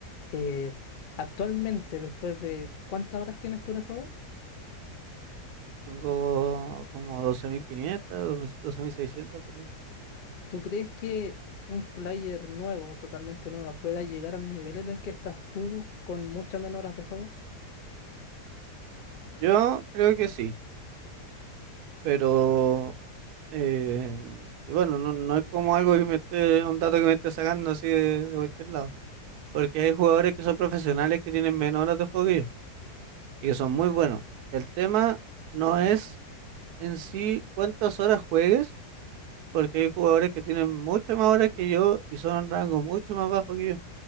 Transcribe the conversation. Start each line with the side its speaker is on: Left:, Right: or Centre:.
Left: Eh, actualmente, después de ¿cuántas horas tienes tú en el juego?
Right: tengo como 12.500, 12.600 por ahí.
Left: ¿Tú crees que un player nuevo, totalmente nuevo, pueda llegar al nivel en el que estás tú con muchas menos horas de juego?
Right: Yo creo que sí, pero eh, y bueno, no, no es como algo que me esté, un dato que me esté sacando así de, de cualquier lado. Porque hay jugadores que son profesionales que tienen menos horas de juego que yo y que son muy buenos. El tema no es en sí cuántas horas juegues, porque hay jugadores que tienen muchas más horas que yo y son rangos mucho más bajos que yo.